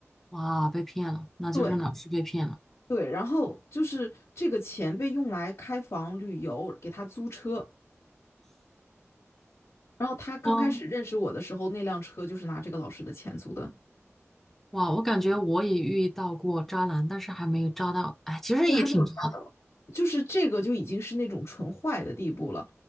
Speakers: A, in the centre; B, on the left (about 80°).
A: 哇，被骗了，那就是老师被骗了。
B: 对，对，然后就是这个钱被用来开房、旅游，给他租车。然后他刚开始认识我的时候，
A: 嗯，
B: 那辆车就是拿这个老师的钱租的。
A: 哇，我感觉我也遇到过渣男，但是还没有渣到，哎，其实也挺渣的。
B: 对，还没有加的，就是这个就已经是那种纯坏的地步了。